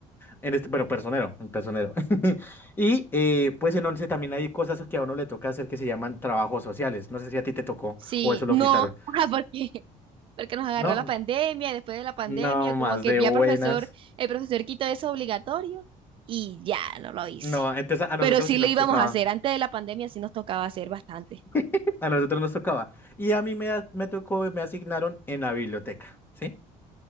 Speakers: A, on the left; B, on the right.
A: En este, bueno, personero, el personero. <laughs> Y eh, pues en once también hay cosas que a uno le toca hacer que se llaman trabajos sociales. No sé si a ti te tocó
B: Sí,
A: o eso lo
B: no,
A: quitaron.
B: <laughs> ajá, porque, porque nos agarró
A: No,
B: la pandemia, y después de la pandemia,
A: no
B: como
A: más
B: que
A: de
B: ya
A: buenas.
B: profesor, el profesor quitó eso obligatorio y ya no lo hice.
A: No, entonces a a nosotros
B: Pero sí
A: sí
B: lo
A: nos
B: íbamos
A: tocaba.
B: a hacer, antes de la pandemia sí nos tocaba hacer bastante.
A: <laughs> A nosotros nos tocaba. Y a mí me, a- me tocó, me asignaron en la biblioteca, ¿sí?